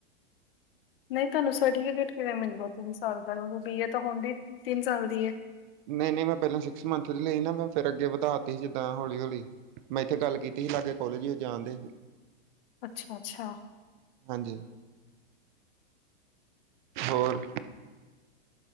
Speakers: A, on the left; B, on the right.
A: ਨਹੀਂ ਤੁਹਾਨੂੰ ਸਰਟੀਫਿਕੇਟ ਕਿਵੇਂ ਮਿਲ ਗਿਆ ਤਿੰਨ ਸਾਲ ਦਾ, ਕਿਉਂਕੀ ਬੀਏ ਤਾਂ ਹੁਣ ਦੀ ਤਿੰਨ ਸਾਲ ਦੀ।
B: ਨਹੀਂ ਨਹੀਂ ਮੈਂ ਪਹਿਲਾਂ ਸਿਕਸ ਮੰਥ ਦੀ ਲਈ ਨਾ ਮੈਂ ਫਿਰ ਅੱਗੇ ਵਧਾ ਤ ਸੀ, ਜਿੱਦਾਂ ਹੌਲੀ ਹੌਲੀ ਮੈਂ ਇੱਥੇ ਗੱਲ ਕੀਤੀ ਸੀ ਲਾਗੇ ਕੋਲੇਜ ਉਹ ਜਾਣਦੇ ਸੀ।
A: ਅੱਛਾ, ਅੱਛਾ।
B: ਹਾਂਜੀ, ਹੋਰ।